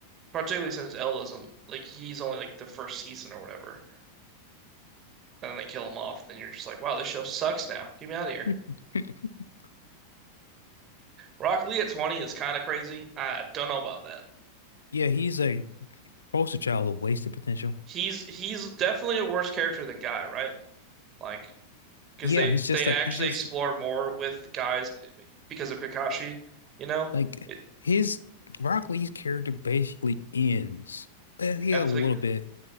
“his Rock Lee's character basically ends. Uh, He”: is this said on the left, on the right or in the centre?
Left